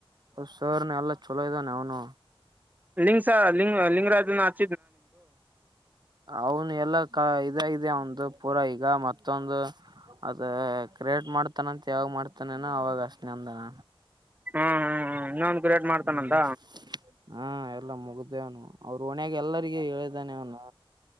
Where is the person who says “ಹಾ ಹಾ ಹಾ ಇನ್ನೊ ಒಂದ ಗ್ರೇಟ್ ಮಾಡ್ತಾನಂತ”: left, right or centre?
Right